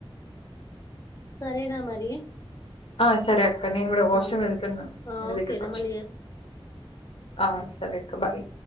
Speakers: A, on the left; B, on the left.
A: సరే రా మరి
B: ఆ సరే అక్క నేను కూడా వాషరూమ్
A: ఆ!
B: వెళ్తున్నా
A: ఆ!
B: మీ
A: ఓకేరా
B: దగ్గరకి వచ్చి
A: మళ్ళీ చేస్తా.
B: ఆ సరే అక్క బాయ్